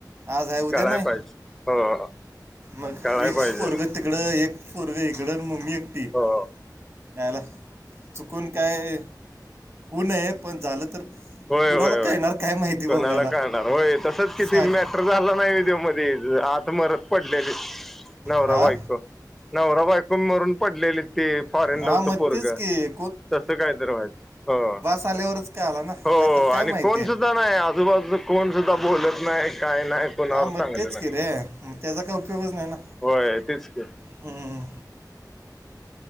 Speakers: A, on the right; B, in the centre.
A: आज आहे उद्या
B: कलाय
A: नाही
B: पाहिजे हो
A: मग
B: कळाय
A: एक
B: पाहिजे
A: पोरगं तिकडं एक पोरगं इकडे मम्मी एकटी
B: हो
A: त्यायला चुकून काय होऊ नये पण झालं तर
B: होय
A: कुणाला
B: होय
A: कळणार
B: होय
A: काय माहिती
B: कोणाला
A: बमल्याला
B: काणार होय तसच किती
A: सांग
B: मॅ झाला नाही विदओ मध्ये आत मरत पडलेले नवरा
A: हा
B: बायको नवरा बायकूम मरून पडलेली ते फॉरेन
A: हा
B: लावत
A: मग
B: पोरग
A: तेच की
B: तसं काय तर व्हायचं हो
A: चाल्यावरच काय आला ना
B: हो
A: नाहीतर
B: आणि
A: काय माहिती
B: कोण
A: आहे
B: सुद्धा नाही आजूबाजू कोण सुद्धा बोलत नाही काय नाही कोणावर
A: हा मग
B: चांगलं
A: तेच
B: नाही
A: के रे मग त्याचा काय उपयोगच नाही ना
B: होय तेच ख
A: हम्म.